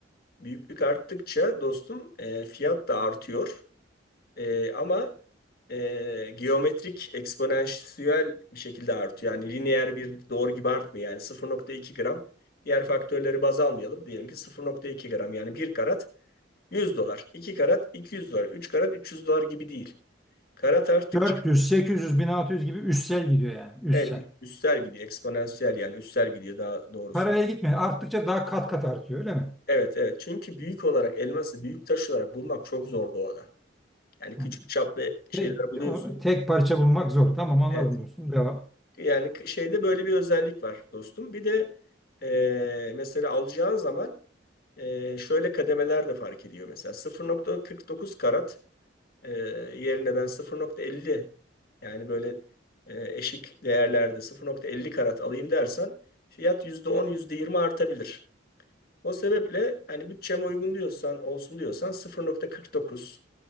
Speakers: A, on the left; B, in the centre.
A: büyüklük arttıkça dostum e, fiyat da artıyor. E, ama e, geometrik eksponansiyel bir şekilde artıyor. Yani lineer bir doğru gibi artmıyor. Yani 0.2 gram diğer faktörleri baz almayalım. Diyelim ki 0.2 gram yani bir karat 100 dolar, 2 karat 200 dolar, 3 karat 300 dolar gibi değil. Karat arttıkça
B: 400, 800, 1600 gibi üstsel gidiyor yani. Üstsel.
A: Evet, ü- üstel gidiyor. Eksponansiyel yani üstel gidiyor daha doğrusu.
B: Paralel gitmiyor. Arttıkça daha kat kat artıyor öyle mi?
A: Evet, evet. Çünkü büyük olarak elması büyük taş olarak bulmak çok zor doğada. Yani
B: Hı.
A: küçük çaplı şeyler
B: te-
A: buluyorsun.
B: o- Tek, parça bulmak zor. Tamam anladım
A: Evet.
B: dostum. Devam.
A: Yani k- şeyde böyle bir özellik var dostum. Bir de e, mesela alacağın zaman e, şöyle kademeler de fark ediyor. Mesela 0.49 karat e, yerine ben 0.50 yani böyle e, eşik değerlerde 0.50 karat alayım dersen fiyat %10 %20 artabilir. O sebeple hani bütçeme uygun diyorsan, olsun diyorsan 0.49